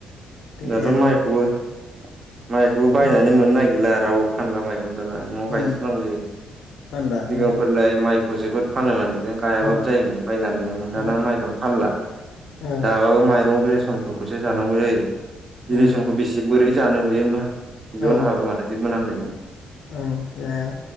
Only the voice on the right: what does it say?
दाथ'
माइखौबो। माइखौबो बायनानै
मोननो नागिरला रावबो फानला माइखौ। दाना न'आव गायथारनांगौ
जायो
सिगांफोरलाय
माइखौ जोबोद फानोमोन। बिनो गायाबो
जायोमोन बायना मोनोमोन दाना
माइखौनो फानला
जाबाबो माइरं रेसन। फोरखौसो जानांगौ जायो बिलेसनखौ
बेसे बोरै जानो बेयो।
ज'नो हाबा माथो जि मोनामनाय मोनो।